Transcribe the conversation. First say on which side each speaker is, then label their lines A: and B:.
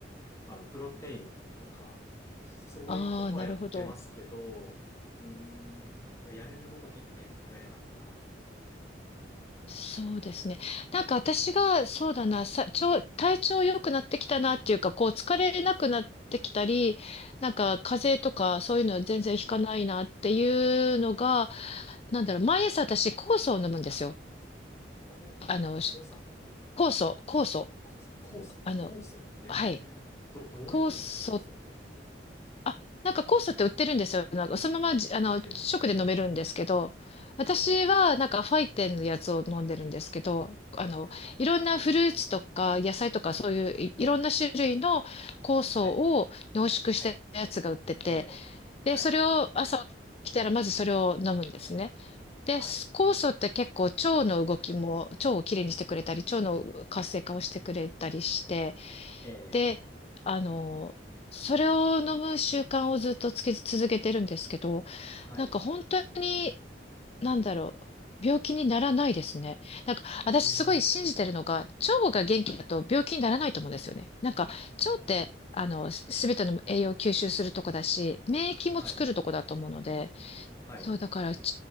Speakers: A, on the left (about 15°); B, on the left (about 35°).
A: あの、プロテインを飲むとか、そういうことはやってますけど、
B: ああ、なるほど。
A: うーん、まあ、やれること結構限界あるな、っていう。
B: そうですね。
A: うーん、
B: なんか私が、そうだな、さ、ちょ、体調良くなってきたなっていうか、こう疲れなくなってきたり、なんか風邪とかそういうの全然ひかないなっていうのが、なんだろう、毎朝私酵素を飲むんですよ。
A: こ、こ、
B: あの、し
A: 酵素
B: 酵素、酵素、
A: 酵素酵素酵素ええー、
B: あの、はい。
A: ど、どうやって飲むんですか酵素って。
B: 酵素あ、なんか酵素って売ってるんですよ。なんかそのままじ、あの、
A: 売ってるんですよ。
B: 直
A: ええ
B: で飲めるんですけど、私はなんかファイテンのやつを飲んでるんですけど、
A: はい、
B: あの、
A: はい、
B: いろんなフルーツとか野菜とかそういうい、いろんな種類の酵素を濃縮したやつが売ってて、
A: はい、はい、えー、
B: で、
A: はい、
B: それを朝起きたらまずそれを飲むんですね。で、
A: はい、
B: 酵素って結構腸の動きも、腸をきれいにしてくれたり、腸の活性化をしてくれたりして、
A: えー、
B: で、あの、それを飲む習慣をずっとつけ続けてるんですけど、
A: はい、
B: なんか本当に、なんだろう、病気にならないですね。なんか私すごい信じてるのが、
A: うーん、
B: 腸が元気だと病気にならないと思うんですよね。なんか腸って、あの、すべての栄養を吸収するとこだし、免疫も作るとこだと思うので、
A: はい、はい、
B: そう、
A: う
B: だから腸